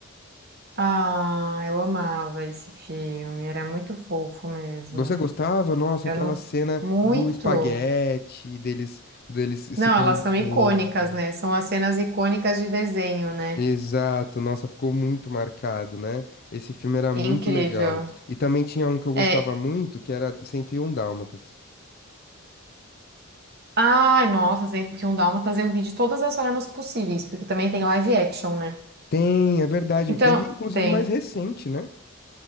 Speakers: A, on the right; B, on the left.
A: Ah, eu amava esse filme, era muito fofo mesmo.
B: Você gostava? Nossa,
A: Eu
B: aquela
A: não.
B: cena
A: Muito.
B: do espaguete, deles, deles se
A: Não,
B: conhecendo.
A: elas são icônicas, né? São as cenas icônicas de desenho, né?
B: Exato, nossa, ficou muito marcado, né? Esse filme era muito
A: Incrível.
B: legal. E também tinha um que eu
A: É.
B: gostava muito, que era cento e um Dálmatas.
A: Ai, nossa, 101 Dálmatas eu vi de todas as formas possíveis, porque também tem live action, né?
B: Tem, é verdade.
A: Então,
B: Teve inclusive
A: tem.
B: mais recente, né?